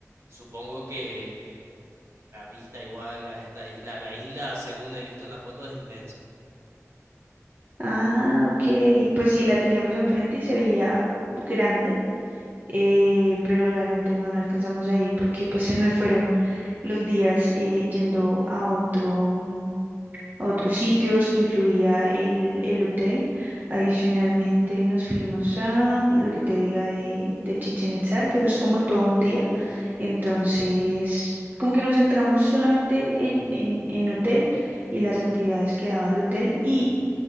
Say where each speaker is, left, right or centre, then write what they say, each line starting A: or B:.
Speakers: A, on the right; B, on the right.
A: supongo que eh, la vista igual a esta isla, la isla, según he visto en la foto, es inmensa.
B: Ah, ok. Pues sí, la teníamos enfrente y se veía grande, eh, pero realmente no alcanzamos a ir porque pues se nos fueron los días eh, yendo a otro. mm, a otros sitios que incluía el, el hotel. Adicionalmente nos fuimos a lo que te diga de, de Chichén Itzá, que eso es como todo un día. Entonces, como que nos centramos solamente en, en, en hotel y las actividades que daba el hotel y